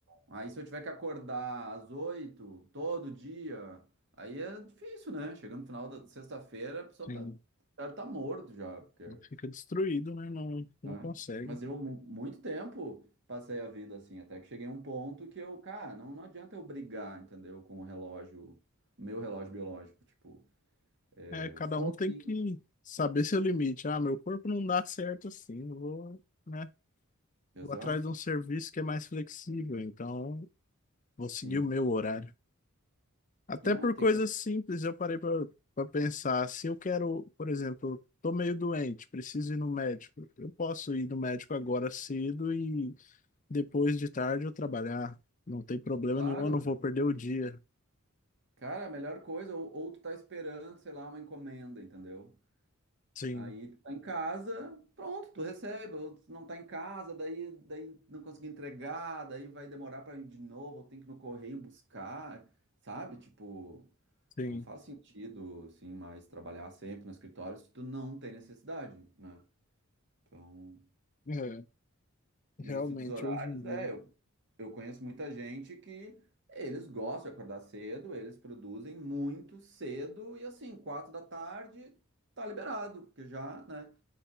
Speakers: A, on the right; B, on the left.
A: Aí se eu tiver que acordar às 8 todo dia, aí é difícil, né? Chegando no final da sexta-feira, a pessoa
B: sim.
A: tá, tá tá morto já, porque
B: Não Fica destruído, né? Não, não
A: né?
B: consegue.
A: Mas eu, mu- muito tempo, passei a vida assim, até que cheguei a um ponto que eu, cara, não, não adianta eu brigar, entendeu? Com o relógio, meu relógio biológico, tipo, eu
B: É, cada
A: sou
B: um tem
A: assim.
B: que saber seu limite. Ah, meu corpo não dá certo assim, eu vou, né?
A: Exato,
B: Vou atrás de um serviço que é mais flexível, então vou seguir
A: sim.
B: o meu horário. Até
A: É,
B: por
A: tem
B: coisas
A: pessoas,
B: simples, eu parei para pensar. Se eu quero, por exemplo, estou meio doente, preciso ir no médico. Eu posso ir no médico agora cedo e depois de tarde eu trabalhar. Não tem problema
A: claro,
B: nenhum, eu não vou perder o dia.
A: cara, a melhor coisa, ou, ou tu tá esperando, sei lá, uma encomenda, entendeu?
B: Sim,
A: Aí tu tá em casa, pronto, tu recebe, ou tu não tá em casa, daí, daí não consegui entregar, daí vai demorar pra ir de novo, ou tem que ir no correio buscar, sabe? Tipo.
B: sim.
A: Não faz sentido, assim, mais trabalhar sempre no escritório se tu não tem necessidade, né? Então,
B: É, realmente,
A: e isso dos horários,
B: hoje em dia.
A: é, eu, eu conheço muita gente que eles gostam de acordar cedo, eles produzem muito cedo e assim, quatro da tarde tá liberado, porque já, né?